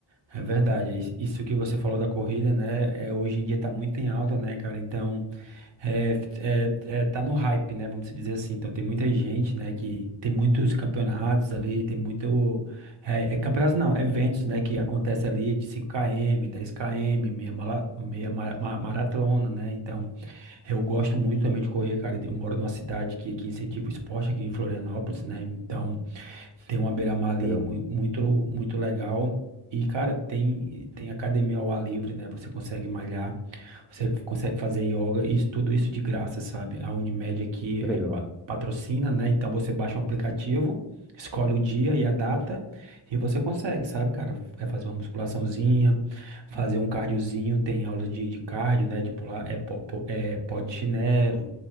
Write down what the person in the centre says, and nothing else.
Legal,
que
legal.